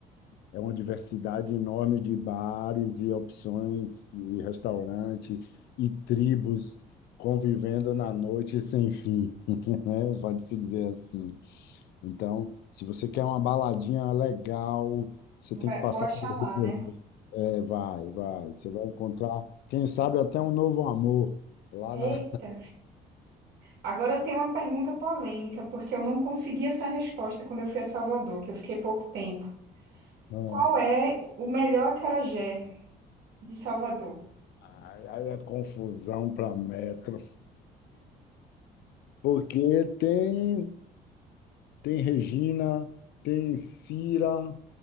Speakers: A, on the left; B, on the right.
A: é uma diversidade enorme de bares e opções e restaurantes e tribos convivendo na noite sem fim, <laughs> né? Pode-se dizer assim. Então, se você quer uma baladinha legal, você
B: vai-
A: tem que passar
B: vou achar
A: pelo Rio
B: lá,
A: Vermelho.
B: né?
A: É, vai, vai. Você vai encontrar, quem sabe, até um novo amor lá
B: Eita.
A: na.
B: Agora eu tenho uma pergunta polêmica, porque eu não consegui essa resposta quando eu fui a Salvador, que eu fiquei pouco tempo.
A: <laughs>
B: Qual é o melhor acarajé de Salvador?
A: Ah, Aí aí é confusão para metro. Porque tem, tem Regina, tem Cira.